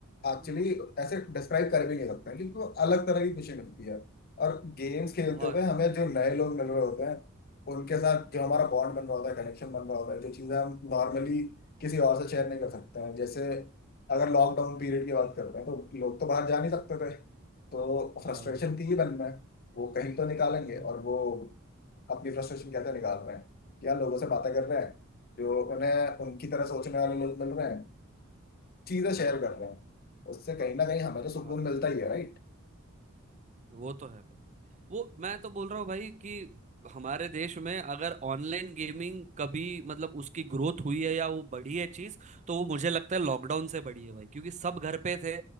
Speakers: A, on the left; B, on the right.
A: एक्चुअली
B: हाँ
A: ऐसे डिस्क्राइब कर भी नहीं सकते हैं, क्योंकि वो अलग तरह की खुशी मिलती है और गेम्स खेलते
B: बहुत
A: हुए हमें जो नए लोग मिल रहे होते हैं उनके साथ जो हमारा बॉन्ड बन रहा होता है कनेक्शन बन रहा होता है जो चीज़ें हम नॉर्मली किसी और से शेयर नहीं कर सकते हैं जैसे अगर लॉकडाउन पीरियड की बात करते हैं तो लोग तो बाहर जा नहीं सकते थे तो फ्रस्ट्रेशन
B: बराबर
A: थी ही मन में वो कहीं तो निकालेंगे
B: हम्म
A: और वो अपनी फ्रस्ट्रेशन कैसे निकाल रहे हैं या लोगों से बातें कर रहे हैं जो उन्हें उनकी तरह सोचने वाले लोग मिल रहे हैं चीजें
B: हम्म,
A: शेयर कर रहे हैं उससे कहीं ना कहीं हमें तो सुकून
B: हाँ
A: मिलता ही है राइट
B: वो तो है भाई वो मैं तो बोल रहा हूँ भाई कि हमारे देश में अगर ऑनलाइन गेमिंग कभी मतलब उसकी ग्रोथ हुई है या वो बढ़ी है चीज तो वो मुझे लगता है लॉकडाउन से बढ़ी है भाई क्योंकि सब घर पे थे